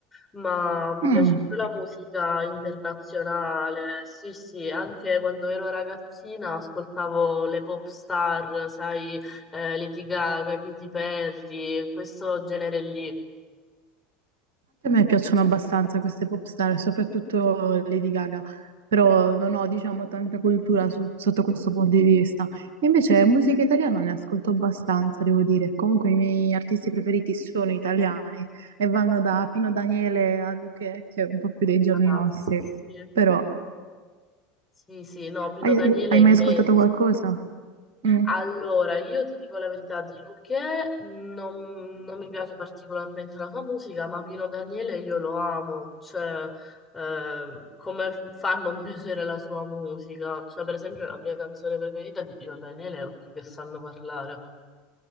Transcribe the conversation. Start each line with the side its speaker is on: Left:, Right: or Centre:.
Left: ma mi
Right: Mm.
Left: piace più la musica internazionale. Sì, sì, anche quando ero ragazzina ascoltavo le pop star, sai, eh, Lady Gaga, Katy Perry, questo genere lì.
Right: A me piacciono abbastanza queste pop star, soprattutto Lady Gaga, però non ho, diciamo, tanta cultura su- sotto questo punto di vista. Invece musica italiana ne ascolto abbastanza, devo dire. Comunque i miei artisti preferiti sono italiani e vanno da Pino Daniele a Luchè, che è un po' più dei giorni
Left: Ah,
Right: nostri.
Left: sì, sì.
Right: Però,
Left: Sì, sì, no, Pino
Right: hai,
Left: Daniele
Right: hai
Left: è immenso.
Right: mai ascoltato qualcosa? Mm.
Left: Allora, io ti dico la verità, di Luchè non, non mi piace particolarmente la sua musica, ma Pino Daniele io lo amo, cioè ehm, come fa a <laughs> non piacere la sua musica? Cioè, per esempio, la mia canzone preferita di Pino Daniele è Occhi che sanno parlare.